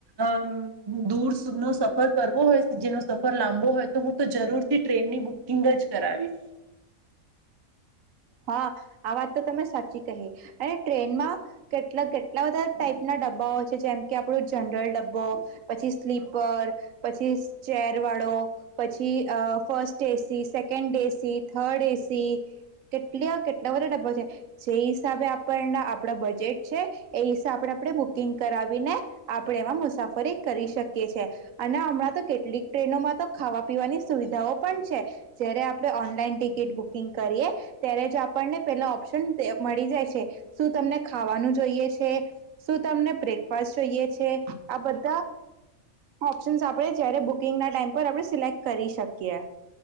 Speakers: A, on the right (about 35°); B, on the right (about 70°).
A: અમ દુર સુધનો સફર કરવો હોય જેનો સફર લાંબો હોય તો હું તો જરૂર થી ટ્રેનની બુકિંગ જ કરાવીશ.
B: હા આ વાત તો તમે સાચી કહી અને ટ્રેનમાં કેટલા કેટલા તો બધા ટાઈપના ડબ્બાઓ છે જેમ કે આપણું જનરલ ડબ્બો, પછી સ્લીપર, પછી ચેર વાળો, પછી અ first AC, second AC, third AC કેટલો કેટલા વાળો ડબ્બો છે જે હિસાબે આપણના આપણા બજેટ છે એ હિસાબે આપણે બુકિંગ કરાવીને આપણે એમાં મુસાફરી કરી શકીએ છીએ અને હમણાં તો કેટલીક ટ્રેનોમાં તો ખાવા પીવાની સુવિધાઓ પણ છે જયારે આપણે ઓનલાઈન ટિકિટ બુકિંગ કરીએ ત્યારે જ આપણને પેલા ઓપ્શન ટેપ મળી જાય છે શું તમને ખાવાનું જોઈએ છે? શું તમને બ્રેકફાસ્ટ જોઈએ છે? આ બધા ઓપ્શનસ આપણે જ્યારે બુકિંગના ટાઈમ પર આપણે સિલેક્ટ કરી શકીએ.